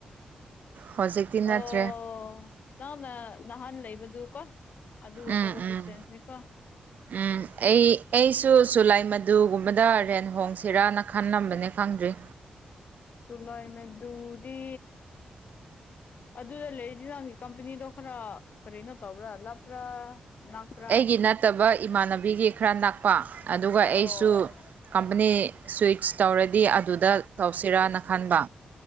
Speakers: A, on the right (about 70°); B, on the left (about 65°).
A: ꯍꯧꯖꯤꯛꯇꯤ ꯅꯠꯇ꯭ꯔꯦ
B: ꯑꯣ ꯅꯪꯅ ꯅꯍꯥꯟ ꯂꯩꯕꯗꯨ ꯀꯣ ꯑꯗꯨ ꯋꯥꯛꯀꯦꯕꯜ
A: ꯎꯝ ꯎꯝ
B: ꯗꯤꯁꯇꯦꯟꯁꯅꯤ ꯀꯣ
A: ꯎꯝ ꯑꯩ ꯑꯩꯁꯨ ꯖꯨꯂꯥꯏ ꯃꯗꯨꯒꯨꯝꯕꯗ ꯔꯦꯟ ꯍꯣꯡꯁꯤꯔꯥꯅ ꯈꯜꯂꯝꯕꯅꯦ ꯈꯪꯗ꯭ꯔꯤ
B: ꯖꯨꯂꯥꯏ ꯃꯦꯗꯨꯗꯤ ꯑꯗꯨꯗ ꯂꯩꯔꯗꯤ ꯅꯪꯒꯤ ꯀꯝꯄꯅꯤꯗꯣ ꯈꯔ ꯀꯔꯤꯅꯣ ꯇꯧꯕ꯭ꯔꯥ ꯂꯥꯞꯄ꯭ꯔꯥ ꯅꯛꯄ꯭ꯔꯥ
A: ꯑꯩꯒꯤ ꯅꯠꯇꯕ ꯏꯃꯥꯟꯅꯕꯤꯒꯤ ꯈꯔ ꯅꯛꯄ ꯑꯗꯨꯒ
B: ꯑꯣ
A: ꯑꯩꯁꯨ
B: ꯑꯣ
A: ꯀꯝꯄꯅꯤ ꯁ꯭ꯋꯤꯆ ꯇꯧꯔꯗꯤ ꯑꯗꯨꯗ ꯇꯧꯁꯤꯔꯅ ꯈꯟꯕ